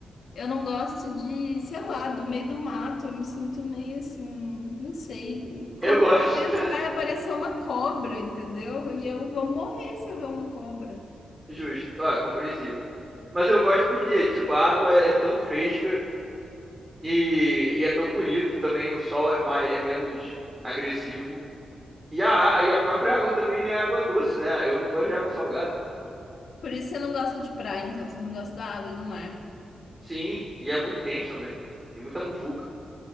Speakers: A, on the left; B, on the right.
A: Eu não gosto de, sei lá, do meio do mato. Eu me sinto meio assim, não sei. Em qualquer
B: Eu gosto.
A: momento
B: <laughs>
A: vai aparecer uma cobra, entendeu? E eu vou morrer se eu ver uma cobra.
B: Justo. Ah, compreensível. Mas eu gosto porque, tipo, a água é é tão fresca e, e é tão bonito também, o sol é mais, é menos agressivo. E a, a- e a própria água também é água doce, né? Eu não gosto de água salgada.
A: Por isso você não gosta de praia, então. Você não gosta da água do mar.
B: Sim, e é muito quente também. E muita muvuca.